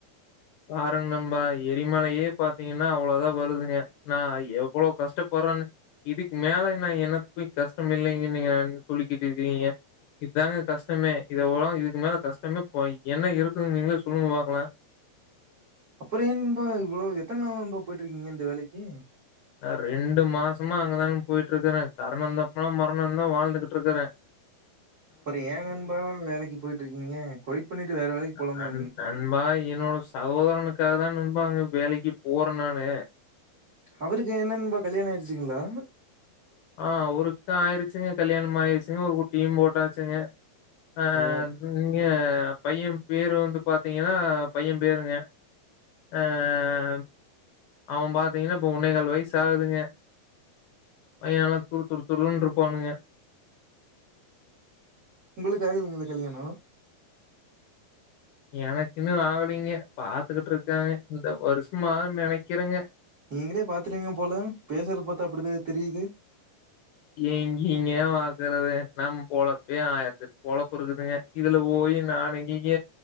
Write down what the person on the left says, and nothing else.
பாருங்க நண்பா எரிமலையே பாத்தீங்கன்னா அவ்ளோதா வருதுங்க நா எவ்வளோ கஷ்டப்பறன்னு இதுக்கு மேல நா என்னத்த போய் கஷ்டம் இல்லைங்கன்னு நீங்க சொல்லிக்கிட்டு இருக்கீங்க இதாங்க கஷ்டமே இத ஓ இதுக்கு மேல கஷ்டமே போய் என்ன இருக்குன்னு நீங்களே சொல்லுங்க பாக்லா
ஆ ரெண்டு மாசமா அங்க தாங்க போயிட்டு இருக்கறே கரணம் தப்பனா மரணந்தா வாழ்ந்துக்ட்டு இருக்கறே
அது
அது நண்பா என்னோட சகோதரனுக் காகதா நண்பா அங்க வேலைக்கு போற நானு
ஆஹ் ஒருக்கா ஆயிருச்சுங்க கல்யாணம் ஆயிருச்சுங்க ஒரு குட்டியும் போட்டாச்சுங்க அஹ்
நிங்க பையன் பேரு வந்து பாத்தீங்கன்னா பையன் பேருங்க ஆஹ் அவன் பாத்தீங்கன்னா இப்ப ஒன்னே கால் வயசு ஆகுதுங்க பைய நல்லா துரு துரு துரூன் இருப்பானுங்க
எனக்கின்னு ஆகலீங்க பாத்துக்கிட்டு இருக்காங்க இந்த வருஷமாகுன் நெனைக்கிறங்க
எங்கைங்க‌ பாக்குறது நம் பொழப்பே ஆய்ரத்தெட் பொழப்பு இருக்குதுங்க இதுல போய் நான் எங்கங்க